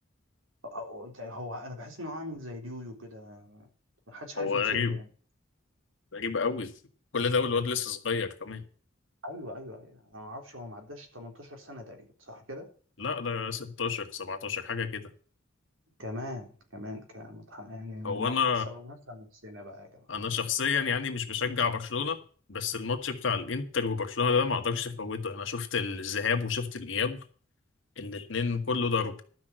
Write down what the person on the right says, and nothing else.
أو- أو- هو انا بحس انه عامل زي اليويو كده ما حدش عارف
يمسكه
يعني
ايوه ايوه ايوه انا ما اعرفش هو ما عداش 18 سنه تقريبا صح كده
كمان كمان كمان يعني
ما
تحصرناش على نفسنا بقى يا جماعه